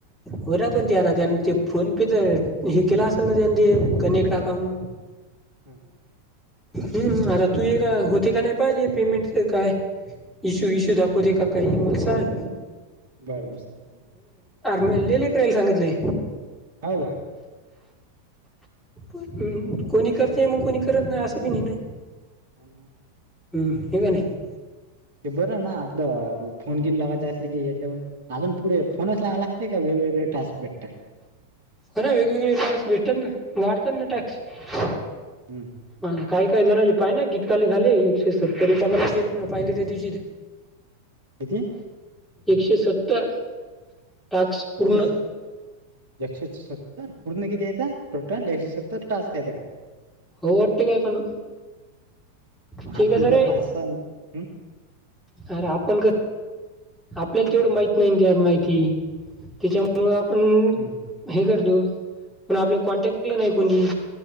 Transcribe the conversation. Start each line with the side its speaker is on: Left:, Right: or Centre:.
Centre: होर पण ते आता
Right: वीस.
Centre: ते फोन पेच हे केल असेल ना ते कनेक्ट अकाउं.
Right: हं
Centre: हम्म आता तू हित होते का नाही पाय ते पेमेंट च काय? इशू इशू दाखवतय का काही मग सांग.
Right: बर बर सांगतो ना.
Centre: मले लय ट्रेन सांगितलंय.
Right: हो का
Centre: हम्म कोणी करतय मग कोणी करत नाही असं पिन नाय ना.
Right: अन हाण
Centre: हम्म, हे का नाही
Right: ते बरं ना आपलं फोन घिन लावायचं असल की याच्यावन अजून पुढे फोनच लावंय लागतय का वेगवेगळे टास्क भेटतात?
Centre: हो ना वेगवेगळे टास्क भेटतात ना वाढतात ना टास्क.
Right: हम्म
Centre: मगं काय काय जानाला पाय ना कीती काल झाले एकशे सत्तर पाहिले त्या दिवशी.
Right: किती?
Centre: एकशे सत्तर! टास्क पूर्ण
Right: एकशे सत्त एकशे सत्तर पूर्ण किती येत टोटल एकशे सत्तर टास्क? हायत का?
Centre: हो ते पण ते
Right: आपले
Centre: कसं
Right: तर
Centre: रे
Right: पाच सहा
Centre: अर आपण कस आपल्याला तेवढं माहित नाही त्या माहिती त्याच्यामुळं आपण
Right: नेम
Centre: हे करतो पण आपले कॉन्टॅक्ट हि नाय कोणी